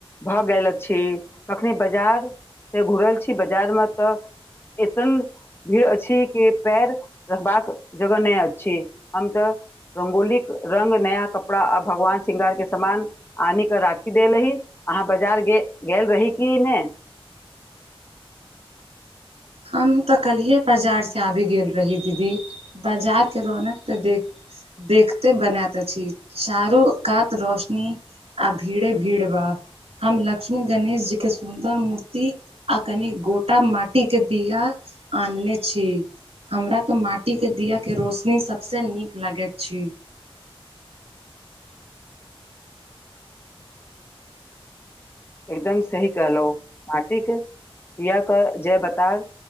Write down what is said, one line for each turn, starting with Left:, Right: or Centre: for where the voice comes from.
Left: भऽ गेल अछि। अखनी बाजार से घूरल छी बाजार मे तऽ एते न भीड़ अछि के पैर रखबाक जगह नइ अछि हम तऽ रंगोलिक रंग नया कपड़ा आ भगवान श्रृंगार के समान आनि कऽ राखी देलही अहाँ बाजार गेल रही की नै?
Right: हम तऽ कल्हि बाजार से आबि गेल रही दीदी बाजार के रौनक तऽ देख देखते बनात अछि चारो कात रौशनी आ भीड़े भीड़ बा। हम लक्ष्मी गणेश जी के सुन्दर मूर्ति आ कनि गोटा माटी के बिया आनने छी। हमरा ते माटी के दिया के रोशनी सबसे नीक लगेत छी।
Left: एकदम सही कहलौं माटिक दिया क जय बकार